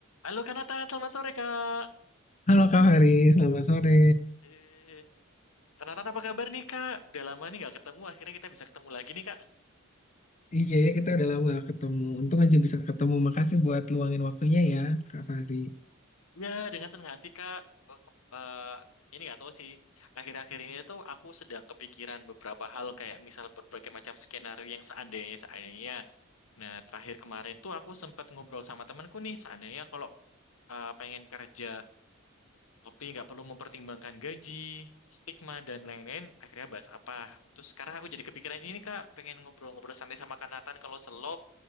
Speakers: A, on the left; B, on the left.
A: Halo Kanatan, selamat sore Kak.
B: Halo Kak Faris, selamat sore.
A: Eh, Kanatan apa kabar nih Kak? Udah lama nih nggak ketemu, akhirnya kita bisa ketemu lagi nih Kak.
B: Iya ya kita udah lama gak ketemu. Untung aja bisa ketemu. Makasih buat luangin waktunya ya Kak Fari.
A: Ya, dengan senang hati Kak. Oh, ke- eh, ini nggak tahu sih, akhir-akhir ini tuh aku sedang kepikiran beberapa hal kayak misal berbagai macam skenario yang seandainya, seandainya. Nah, terakhir kemarin tuh aku sempat ngobrol sama temanku nih, seandainya kalau eh, pengen kerja tapi nggak perlu mempertimbangkan gaji, stigma dan lain-lain. Akhirnya bahas apa? Terus sekarang aku jadi kepikiran ini Kak, pengen ngobrol-ngobrol santai sama Kanatan kalau selo.